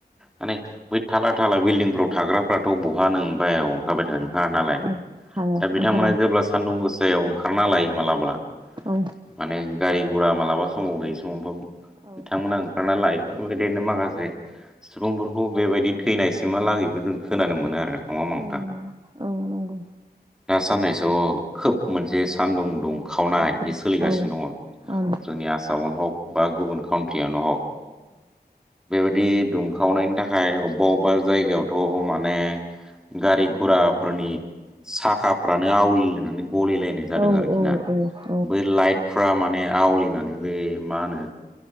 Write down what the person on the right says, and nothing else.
औ हाया
ओंखारा
औ
खोनानो
<unintelligible>
औ नंगौ
गोसो
औ
औ
औ
औ
औ